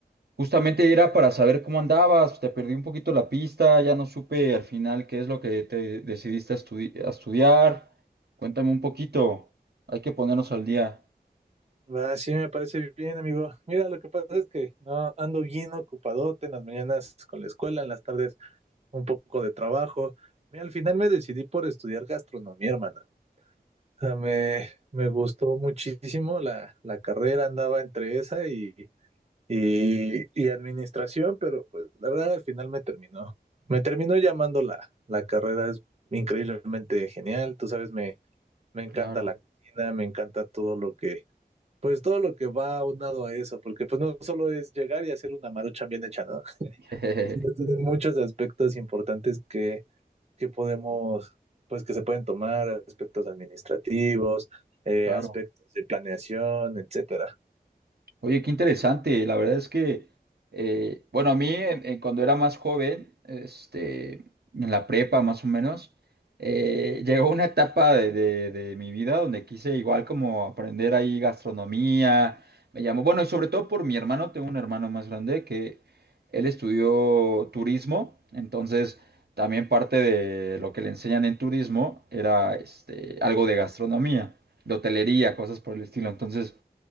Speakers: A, on the right; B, on the right.
A: justamente era para saber cómo andabas, te perdí un poquito la pista, ya no supe al final qué es lo que te decidiste a, estudi- a estudiar. Cuéntame un poquito, hay que ponernos al día.
B: Ah, sí, me parece bien, amigo. Mira, lo que pasa es que no ando bien ocupadote en las mañanas con la escuela, en las tardes un poco de trabajo. Mira, al final me decidí por estudiar gastronomía, hermano. O sea, me, me gustó muchísimo la, la carrera, andaba entre esa y, y, y administración, pero pues la verdad al final me terminó. Me terminó llamando la, la carrera, es increíblemente genial. Tú sabes, me Me encanta
A: Claro,
B: la cocina, me encanta todo lo que, pues todo lo que va aunado a eso, porque pues no solo es llegar y hacer una maruchan bien hecha, ¿no? <laughs>
A: <laughs>
B: Sino tiene muchos aspectos importantes que, que podemos, pues que se pueden tomar, aspectos administrativos, eh,
A: claro.
B: aspectos de planeación, etcétera.
A: Oye, qué interesante. La verdad es que, eh, bueno, a mí eh, eh, cuando era más joven, este, en la prepa más o menos, eh, <laughs> llegó una etapa de, de- de mi vida donde quise igual como aprender ahí gastronomía. Me llamó, bueno, y sobre todo por mi hermano, tengo un hermano más grande que él estudió turismo, entonces también parte de lo que le enseñan en turismo era este, algo de gastronomía, de hotelería, cosas por el estilo. Entonces...